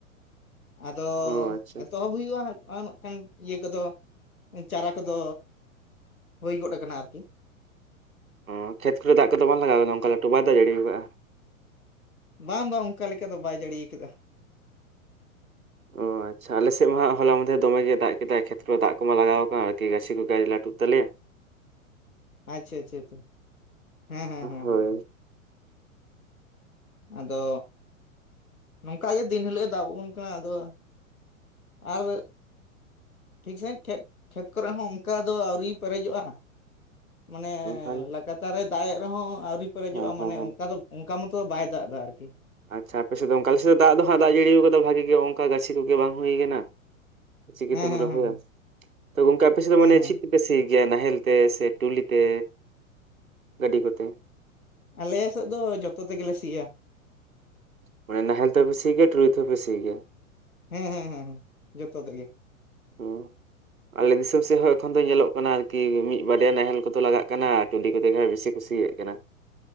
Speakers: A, on the left; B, on the right.
A: ᱟᱫᱚ
B: ᱚ ᱟᱪᱪᱷᱟ᱾
A: ᱮᱛᱚᱦᱚᱵ ᱦᱩᱭᱩᱜᱼᱟ ᱦᱟᱜ᱾ ᱟ ᱱᱟᱼᱠᱷᱟᱱ ᱤᱭᱟᱹ ᱠᱚᱫᱚ ᱪᱟᱨᱟ ᱠᱚᱫᱚ ᱦᱳᱭ ᱜᱚᱫ ᱟᱠᱟᱱᱟ ᱟᱨᱠᱤ᱾
B: ᱚᱸ ᱠᱷᱮᱛ ᱠᱚᱨᱮ ᱫᱟᱜᱽ ᱠᱚᱫᱚ ᱵᱟᱝ ᱞᱟᱜᱟᱣ ᱠᱟᱱᱟ ᱚᱱᱠᱟ ᱞᱟᱹᱴᱩ ᱵᱟᱭ ᱫᱟᱜᱽ ᱡᱟᱹᱲᱤ ᱠᱟᱜᱼᱟ?
A: ᱵᱟᱝ ᱵᱟᱝ ᱚᱱᱠᱟ ᱞᱮᱠᱟ ᱫᱚ ᱵᱟᱭ ᱡᱟᱹᱲᱤ ᱠᱟᱫᱼᱟ᱾
B: ᱚᱸ ᱟᱪ ᱟᱪᱪᱷᱟ ᱟᱞᱮᱥᱮᱫ ᱢᱟ ᱦᱟᱸᱜ ᱦᱚᱞᱟ ᱢᱟᱫᱷᱮᱨ ᱫᱚᱢᱮ ᱜᱮ ᱫᱟᱜ ᱠᱮᱫᱟ ᱠᱷᱮᱛ ᱠᱚ ᱫᱟᱜ ᱠᱚᱢᱟ ᱞᱟᱜᱟᱣ ᱟᱠᱟᱱ ᱟᱨᱠᱤ ᱜᱟᱹᱪᱷᱤ ᱠᱚ ᱜᱟᱭ ᱞᱟᱹᱴᱩᱜ ᱛᱟᱞᱮᱭᱟ
A: ᱟᱪᱪᱷᱟ ᱟᱪᱪᱷᱟ ᱟᱪᱪᱷᱟ ᱦᱮᱸᱼᱦᱮᱸᱼᱦᱮᱸᱼᱦᱮᱸ᱾
B: ᱦᱳᱭ
A: ᱟᱫᱚ ᱱᱚᱝᱠᱟ ᱜᱮ ᱫᱤᱱ ᱦᱤᱞᱳᱜ ᱮ ᱫᱟ ᱟᱵᱚᱱ ᱠᱟᱱᱟ ᱟᱫᱚ᱾ ᱟᱨ ᱴᱷᱤᱠ ᱥᱟᱹᱦᱤᱡ ᱠᱷᱮ ᱠᱷᱮᱛ ᱠᱚᱨᱮ ᱦᱚᱸ ᱚᱱᱠᱟ ᱫᱚ ᱟᱹᱣᱨᱤ ᱯᱮᱨᱮᱡᱚᱜᱼᱟ᱾ ᱢᱟᱱᱮ
B: ᱮᱱᱠᱷᱟᱱ
A: ᱞᱟᱜᱟᱛᱟᱨ ᱮ ᱫᱟᱜᱽ ᱮᱫ ᱨᱮᱦᱚᱸ ᱟᱹᱣᱨᱤ ᱯᱮᱨᱮᱡᱚᱜᱼᱟ
B: ᱦᱚᱸ ᱦᱚᱸ
A: ᱢᱟᱱᱮ
B: ᱦᱚᱸ
A: ᱚᱱᱠᱟ ᱫᱚ ᱚᱱᱠᱟ ᱢᱚᱛᱚ ᱵᱟᱭ ᱫᱟᱜᱽ ᱮᱫᱟ ᱟᱨᱠᱤ
B: ᱟᱪᱪᱷᱟ ᱟᱯᱮᱥᱮᱫ ᱫᱚ ᱚᱱᱠᱟ ᱟᱞᱮ ᱥᱮᱫ ᱫᱚ ᱫᱟᱜᱽ ᱫᱚ ᱦᱟᱸᱜ ᱫᱟᱜᱽ ᱡᱟᱹᱲᱤ ᱣᱟᱠᱟᱫᱟ ᱵᱷᱟᱜᱤ ᱜᱮ ᱚᱱᱠᱟ ᱜᱟᱪᱷᱤ ᱠᱚᱜᱮ ᱵᱟᱝ ᱦᱩᱭ ᱠᱟᱱᱟ ᱪᱤᱠᱟᱹᱛᱮᱢ
A: ᱦᱮᱸ ᱦᱮᱸ
B: ᱨᱚᱦᱚᱭᱟ
A: ᱦᱮᱸ
B: ᱛᱚ ᱜᱚᱝᱠᱮ ᱟᱯᱮ ᱥᱮᱫ ᱫᱚ
A: ᱦᱮᱸ
B: ᱢᱟᱱᱮ
A: ᱦᱮᱸ
B: ᱪᱷᱤ? ᱯᱮ ᱥᱤ ᱜᱮᱭᱟ ᱱᱟᱦᱮᱞ ᱛᱮ ᱥᱮ ᱴᱩᱞᱤ ᱛᱮ? ᱜᱟᱹᱰᱤ ᱠᱚᱛᱮ?
A: ᱟᱞᱮ ᱥᱮᱫᱽ ᱫᱚ ᱡᱚᱛᱚ ᱛᱮᱜᱮᱞᱮ ᱥᱤᱭᱟ᱾
B: ᱢᱟᱱᱮ ᱱᱟᱦᱮᱞ ᱛᱮᱦᱚ ᱯᱮ ᱥᱤ ᱜᱮᱭᱟ ᱴᱩᱞᱤ ᱛᱮᱦᱚᱸ ᱯᱮ ᱥᱤ ᱜᱮᱭᱟ᱾
A: ᱦᱮᱸᱼᱦᱮᱸᱼᱦᱮᱸᱼᱦᱮᱸ ᱡᱚᱛᱚ ᱛᱮᱜᱮ᱾
B: ᱦᱩᱸ ᱟᱞᱮ ᱫᱤᱥᱚᱢ ᱥᱮᱫᱽ ᱦᱚᱸ ᱮᱠᱷᱚᱱ ᱫᱚ ᱧᱮᱞᱚᱜ ᱠᱟᱱᱟ ᱟᱨᱠᱤ ᱢᱤᱫ ᱵᱟᱨᱭᱟ ᱱᱟᱦᱮᱞ ᱠᱚᱫᱚ ᱞᱟᱜᱟᱜ ᱠᱟᱱᱟ ᱴᱩᱞᱤ ᱠᱚᱛᱮ ᱜᱮ ᱵᱮᱥᱤ ᱠᱩᱥᱤᱭᱟᱜ ᱠᱟᱱᱟ᱾